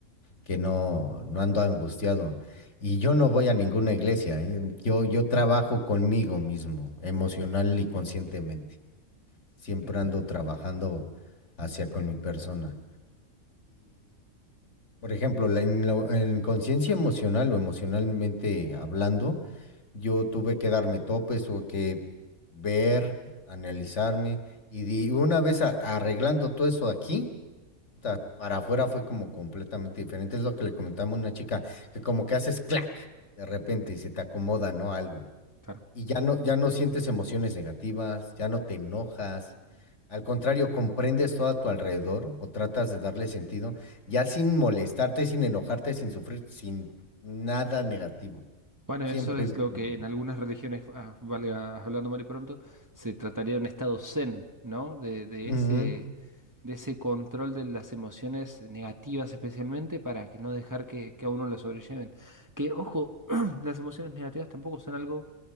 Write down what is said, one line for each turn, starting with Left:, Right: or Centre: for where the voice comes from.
Left: que no, no ando angustiado. Y yo no voy a ninguna iglesia, ¿eh? Yo, yo trabajo conmigo mismo, emocional y conscientemente. Siempre
Right: Eh,
Left: ando trabajando hacia con mi persona. Por ejemplo, la- en, la- en conciencia emocional o emocionalmente hablando, yo tuve que darme topes o que ver, analizarme y di- una vez a- arreglando todo eso aquí, ta- para afuera fue como completamente diferente. Es lo que le comentamos a una chica que como que haces clac de repente y se te acomoda, ¿no? Algo
Right: Claro.
Left: y ya no, ya no sientes emociones negativas, ya no te enojas. Al contrario, comprendes todo a tu alrededor o tratas de darle sentido, ya sin molestarte, sin enojarte, sin sufrir, sin nada negativo.
Right: Bueno,
Left: Siempre
Right: eso es
Left: evitando.
Right: lo que en algunas religiones, ah, valga hablando mal y pronto, se trataría de un estado zen, ¿no? De, de
Left: Ujú,
Right: ese. de ese control de las emociones negativas especialmente para que no dejar que, que a uno lo sobrelleven. Que, ojo, <clears throat> las emociones negativas tampoco son algo,